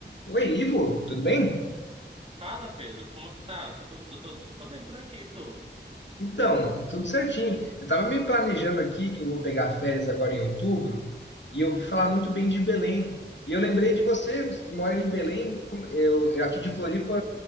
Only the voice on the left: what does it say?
Oi, Ivo, tudo bem?
Então, tudo certinho. Eu estava me planejando aqui que eu vou pegar férias agora em outubro e eu ouvi falar muito bem de Belém. E eu lembrei de você, você mora em Belém, como- eu, eu aqui de Floripa,